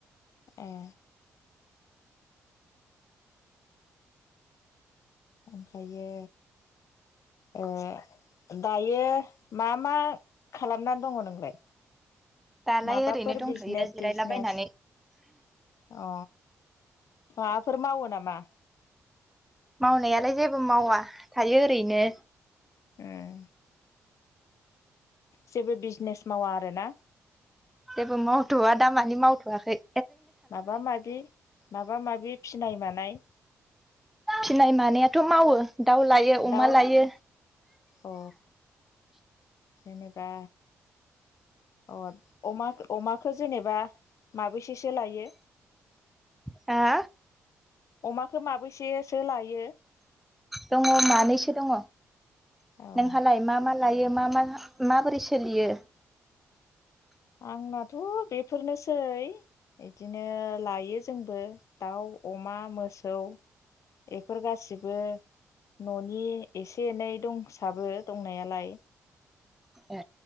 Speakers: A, on the left; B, in the centre.
A: ए ओमफ्रायो ओ दायो मा मा खालामनानै दङ नोंलाय
B: दालाय
A: माबाफोर
B: ओरैनो दंथ'यो
A: बिजनेस
B: जिरायलाबायनानै
A: थिजनेस अ माबाफोर मावो नामा?
B: मावनायालाय जेबो मावा थायो ओरैनो
A: ओम जेबो बिजनेस मावा आरोना
B: जेबो मावथ'आ दामानि मावथ'आखै
A: माबा माबि माबा माबि फिनाय मानाय
B: फिनाय मानायाथ' मावो दाउ लायो अमा
A: दाउ
B: लायो
A: अ जेनेबा अ अमा अमाखौ जेनेबा माबैसेसो लायो।
B: हो
A: अमाखौ माबेैसेसो लायो
B: दङ मानैसो दङ
A: अ
B: नोंहालाय मा मा लायो मा मा माबोरै सोलियो
A: आंनाथ' बेफोरनोसै बिदिनो लायो जोंबो दाउ, अमा, मोसौ, बेफोर गासिबो न'नि एसे एनै दंसाबो दंनायालाय
B: ए